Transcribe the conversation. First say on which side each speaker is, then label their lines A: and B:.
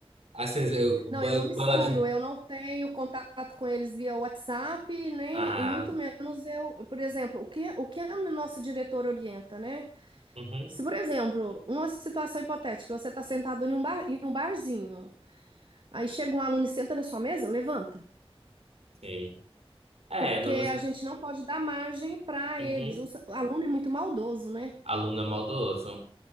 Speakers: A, on the right; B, on the right.
A: Assim, eu,
B: Não,
A: ba-
B: eu não misturo,
A: baladinha.
B: eu não tenho contato com eles via WhatsApp, nem,
A: Ah,
B: e muito menos eu, por exemplo, o que, o que a nossa diretora orienta, né?
A: uhum,
B: Se, por exemplo, uma situação hipotética, você está sentado em um bar, em um barzinho, aí chega um aluno e senta na sua mesa, levanta,
A: sim. É,
B: porque
A: não, mas.
B: a gente não pode dar margem para
A: Uhum.
B: eles. O, s- o aluno é muito maldoso, né?
A: Aluno é maldoso.